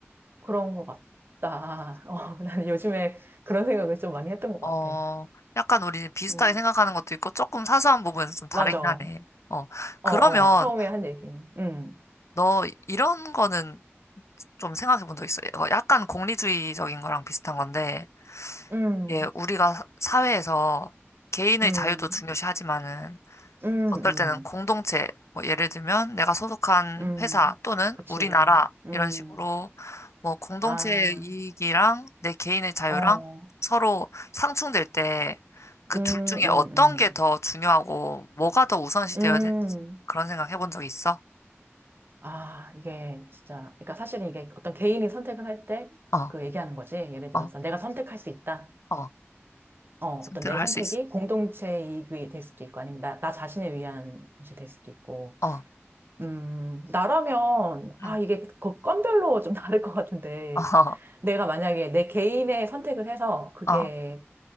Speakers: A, on the right (about 50°); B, on the left (about 80°).
A: 그런 것 같다. <laughs> 어, 난 요즘에 그런 생각을 좀 많이 했던 것
B: 어,
A: 같아.
B: 약간 우리 비슷하게
A: 음,
B: 생각하는 것도 있고, 조금 사소한 부분에서 좀 다르긴
A: 맞아.
B: 하네.
A: 어,
B: 어, 그러면
A: 어, 처음에 한 얘기는. 음,
B: 너 이런 거는 좀 생각해 본 적 있어? 어, 약간 공리주의적인 거랑 비슷한 건데,
A: 음,
B: 예, 우리가 사회에서 개인의
A: 음,
B: 자유도 중요시하지만은,
A: 음,
B: 어떨
A: 음,
B: 때는 공동체, 뭐 예를 들면 내가 소속한
A: 음.
B: 회사 또는
A: 그치.
B: 우리나라
A: 음.
B: 이런 식으로 뭐 공동체의
A: 아,
B: 이익이랑 내 개인의 자유랑
A: 어,
B: 서로 상충될 때 그
A: 음,
B: 둘 중에
A: 음,
B: 어떤 게 더 중요하고 뭐가 더 우선시
A: 음,
B: 되어야 되는지
A: 음.
B: 그런 생각 해본 적 있어?
A: 아, 이게 진짜, 그러니까 사실은 이게 어떤 개인이 선택을 할 때
B: 어,
A: 그 얘기하는 거지. 예를 들어서
B: 어,
A: 내가 선택할 수 있다.
B: 어,
A: 어,
B: 선택을
A: 어떤 내
B: 할
A: 선택이
B: 수 있어.
A: 공동체 이익이 될 수도 있고, 아니면 나, 나 자신을 위한 것이 될 수도 있고.
B: 어,
A: 음, 나라면, 아,
B: 응,
A: 이게 그 건별로 좀 <laughs> 다를 것 같은데.
B: 어,
A: 내가 만약에 내 개인의 선택을 해서 그게,
B: 어,